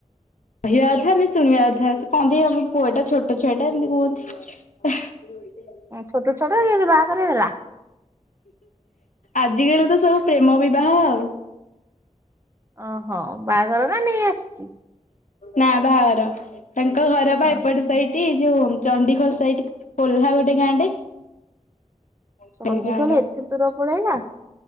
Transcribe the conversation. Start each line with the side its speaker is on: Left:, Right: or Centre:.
Left: କହିବା କଥା ଆମେ ଶୁଣିବା କଥା ସେ କହନ୍ତି ଆମ ପୁଅଟା ଛୋଟ ଛୁଆ ଟା ଏମିତି କୁହନ୍ତି- <inaudible>
Right: ଛୋଟ ଛୁଆଟା କେମିତି ବାହାଘର ହେଇଗଲା।
Left: ଆଜିକାଲିତ ସବୁ ପ୍ରେମ ବିବାହ ଆଉ
Right: ଓହୋ ବାହାଘର ନା ନେଇ ଆସିଛି-
Left: ନା ବାହାଘର ତାଙ୍କ ଘର
Right: ଓହୋ।
Left: ବା ଏପଟେ ସେଇଠି ଯୋଉ ଚଣ୍ଡିଖୋଲ ସଇଠ କୋଲ୍ଲା ଗୋଟେ ଗାଁ ଟେ
Right: ଚଣ୍ଡିଖୋଲ
Left: ସେ ଗାଁ ଟା
Right: ଏତେ ଦୂର ପଳେଇଲା